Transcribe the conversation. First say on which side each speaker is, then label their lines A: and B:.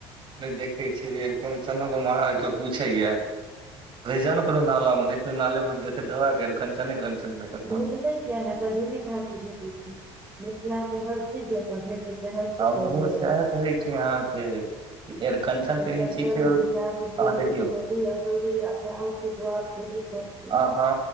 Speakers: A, on the right; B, on the right.
A: देखै छियै जे कोन चना दना आर के पूछैय घुसी जाउ ने कोनो नला मे देखियो नाला मे दबाके कञचन कञचन भेटत
B: भेटतै
A: अहाँ
B: किया नहि तऽ ढेरी ढाकी भेटैत छै मिथिला तऽ हर चीज जकाँ भेटै छै हर चीज
A: हमहुँ
B: एबलेबल
A: सएह कहै छी अहाँके कि अरिकंचन
B: अरिकंचन
A: तऽ एहन चीज छै
B: बिरिया तिलौरि
A: अहाँ देखियौ
B: पकौरि अदौरि अचार ठेकुआ पूरी सब चीज।
A: आ हँ